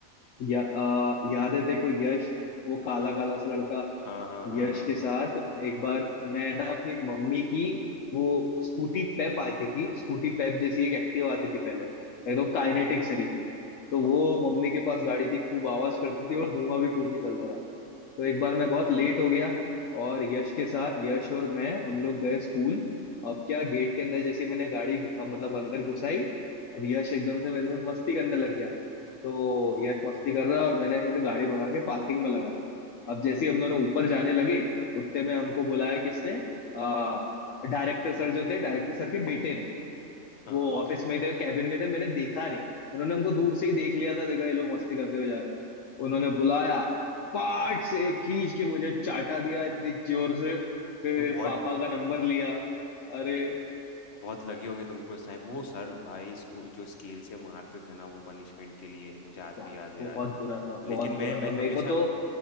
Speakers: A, on the left (about 70°); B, on the left (about 55°).
A: या आ, याद है देखो यश वो काला काला सा लड़का
B: हाँ हाँ हाँ
A: यश
B: हाँ
A: के साथ एक बार मैं ना अपनी मम्मी की वो स्कूटी पेप आती थी स्कूटी पेप जैसी एक एक्टिव आती थी पहले एकदम काइनेटिक सरी की तो वो मम्मी के पास गाड़ी थी खूब आवाज करती थी और धुआं भी खूब निकलता था तो एक बार मैं बहुत लेट हो गया और यश के साथ यश और मैं हम लोग गए स्कूल अब क्या गेट के अंदर जैसे मैंने गाड़ी अ, मतलब अंदर घुसाई अब यश एकदम से मेरे साथ मस्ती करने लग गया तो यश मस्ती कर रहा है और मैंने फिर गाड़ी भगा के पार्किंग में लगा दी अब जैसे ही हम दोनों ऊपर जाने लगे उतने में हमको बुलाया किसने आ डायरेक्टर सर जो थे डायरेक्टर सर के बेटे ने
B: हाँ
A: वो
B: हाँ
A: ऑफिस में थे कैबिन में थे मैंने देखा नहीं उन्होंने हमको दूर से ही देख लिया था देखा ये लोग मस्ती करते हुए जा रहे हैं उन्होंने बुलाया पाट से खींच के मुझे चाटा दिया इतनी जोर से फिर
B: वो बहुत
A: पापा का नंबर लिया अरे
B: बहुत लगी होगी तुमको इस टाइम वो सर भाई इसको जो स्केल से मारते थे ना वो पनिशमेंट के लिए मुझे आज
A: वाह,
B: भी याद है
A: बहुत
B: यार
A: बुरा था बहुत
B: लेकिन मैं
A: बुरा
B: मैं
A: था
B: हमेशा
A: मेरे को तो